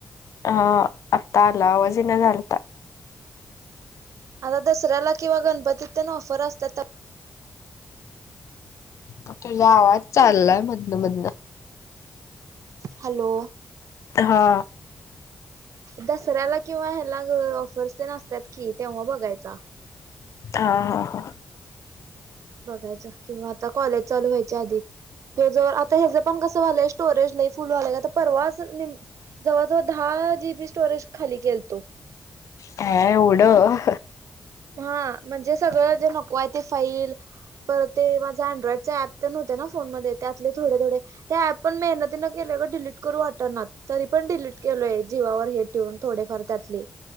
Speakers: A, on the left; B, on the right.
A: हा आता आला आवाज इना झालता
B: आता‌ दसर्याला किंवा गनपतीत तेन ऑफर असतात तर
A: तुझा आवाज चाललाय मधन, मधनं
B: हॅलो
A: हा
B: दसऱ्याला किंवा ह्याला ग ऑफर्स तेन असत्यात कि तेव्हा बघायचा
A: हां, हां, हां
B: बघायच किंवा आता कॉलेज चालू व्हायच्या आधी ह्याज आता ह्याच पण कसं व्हायलय स्टोरेज नाही फुल व्हायलय का आता परवाच निम जवळ, जवळ दहा जीबी स्टोरेज खाली केल तो
A: हा एवढं
B: हा म्हणजे सगळं जे नको आहे ते फाईल तर ते माझा अँड्रॉइडच्या ऍप तर नव्हते ना फोन मध्ये त्यातले थोडे, थोडे त्या ऍप पण मेहनतीन केलेय डिलीट करू वाटतणार तरी पण डिलीट केलोय जीवावर हे ऊन थोडेफार त्यातले